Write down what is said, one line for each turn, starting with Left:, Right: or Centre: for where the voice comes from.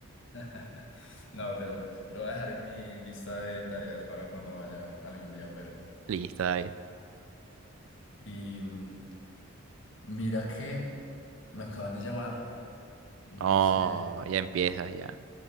Left: <laughs> No, pero lo voy a dejar en mi lista de tareas para cuando vaya algún día, pero.
Right: Listo, David.
Left: Y mm, mira que me acaban de llamar. No
Right: Oh,
Left: sé.
Right: ya empiezas ya.